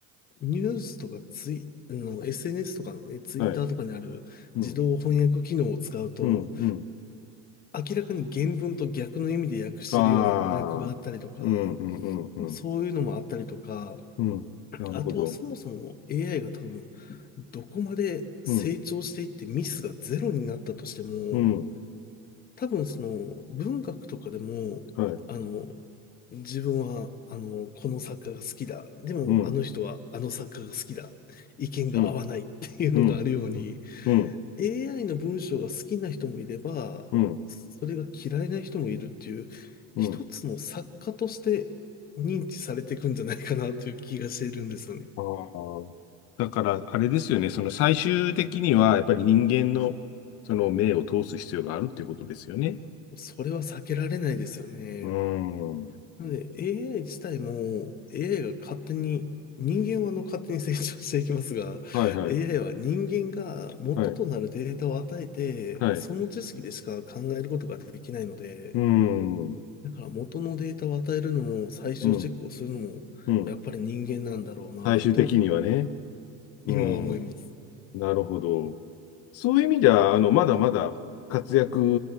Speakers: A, on the left; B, on the left.
A: ニュースとかツイ、あの、SNS とかのね、ツイッターとかにある自動翻訳機能を使うと、
B: はい。うん、うん、うん。
A: 明らかに原文と逆の意味で訳してるような語訳があったりとか、
B: ああ。うん、うん、うん、うん。
A: まあ、そういうのもあったりとか、
B: うん。なるほど。
A: あとはそもそも AI が多分どこまで成長していってミスがゼロになったとしても、
B: うん、うん。
A: 多分その文学とかでも、
B: はい。
A: あの、自分は、あの、この作家が好きだ。でも、
B: うん、
A: あの人はあの作家が好きだ。意見が合わないっていうのがあるように、
B: うん、うん、うん、うん、
A: AI の文章が好きな人もいれば、
B: うん。
A: それが嫌いな人もいるっていう、
B: うん
A: 一つの作家として認知されていくんじゃないかなという気がしているんですよね。
B: ああ。だから、あれですよね、その最終的には、やっぱり人間の、その目を通す必要があるっていうことですよね。
A: それは避けられないですよね。
B: うーん。
A: なので AI 自体も AI が勝手に、人間はあの勝手に成長していきますが、
B: はいはい。
A: AI は人間が元となるデータを与えて、
B: はい。はい。
A: その知識でしか考えることができないので、
B: うーん。
A: だから元のデータを与えるのも最終チェックをするのも、
B: うん。うん。
A: やっぱり人間なんだろうなと、
B: 最終的にはね。
A: 今は思います。
B: うん。なるほど。そういう意味では、あの、まだまだ活躍